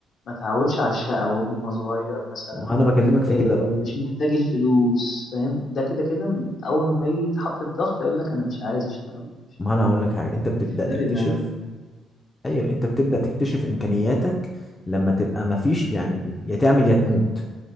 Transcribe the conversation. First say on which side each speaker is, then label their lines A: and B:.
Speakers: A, on the left; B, on the left.
A: ما اتعودش على الشقاوة من هو صغير مثلا
B: ما انا بكلمك في
A: إيه
B: كده بقى
A: مش محتاج الفلوس فاهم ده كده كده اول ما يجي يتحط في ضغط يقول لك انا مش عايز اشتغل مش
B: ما انا هقول لك حاجه انت بتبدا
A: فارق
B: تكتشف
A: معايا
B: ايوه انت بتبدا تكتشف امكانياتك لما تبقى ما فيش يعني يا تعمل يا تموت